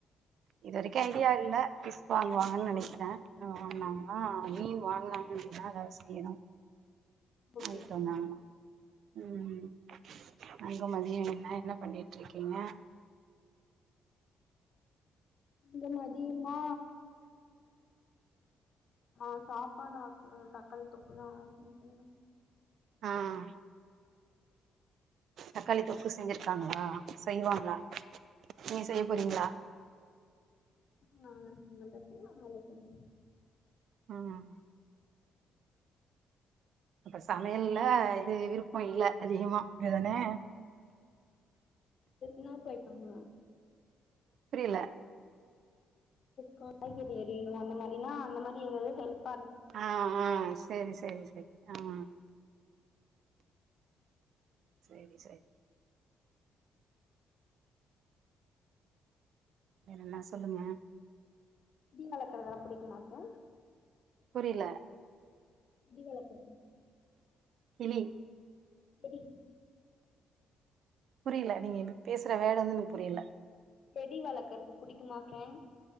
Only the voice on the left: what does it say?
ஓகே
ஓகே
இந்த மதியமா ஆஹ் சாப்பாடு ஆக்கணு தக்காளி தொக்கு தா ஆக்கணு தோழி
ஆஹ நாங்கங்களே சொஞ்சிருக்கோ <inaudible>
னா <unintelligible> போய்பங்க
காய்கறி அறியணும் அந்த மாதிரனா அந்த மாதிரி ஏதாவ்து ஹெல்ப்
மீன் வளக்கறதெல்லா புடிக்குமாக்கு
கிளி வளக்கறது புடிக்
எப்டி
செடி வளக்கறது புடிக்குமா என் ஃப்ரெண்